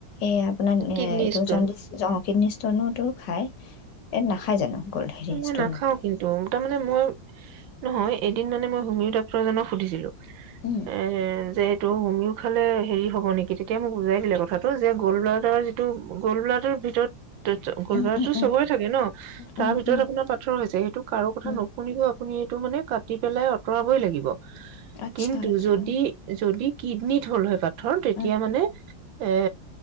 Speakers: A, on the left; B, on the right.
A: এই আপোনাৰ এ
B: কিডনী
A: এইটো
B: ষ্টন
A: জণ্ডিচ <unintelligible> খায়। এই নাখায় জানো গ'ল হেৰি
B: মই
A: ষ্টনত?
B: নাখাও কিন্তু তাৰ মানে মই নহয় এদিন মানে মই হুমীয় টাইপৰ যেনে সুধিছিলো
A: উম,
B: এ যে ত' হুমিও খালে হেৰি হ'ব নেকি কি তেতিয়া মোক বুজাই দিলে কথাটো যে গ'ল ব্লডৰ যিটো গোল বলাটোৰ ভিতৰত ত গলবাৰো
A: উম, উম, উম।
B: চবৰে থাকে ন
A: উম,
B: তাৰ ভিতৰত
A: উম,
B: আপোনাৰ পাথৰ হৈছে সেইটো কাৰো কথা
A: উম,
B: নুশুনও আপুনি এইটো মানে তি পেলাই আঁতৰাবই লাগিব
A: আচ্ছা,
B: কিন্তু
A: আচ্ছা,
B: যদি যদি কিডনিত হ'ল হয় পাথৰ তেতিয়া
A: উম,
B: মানে এ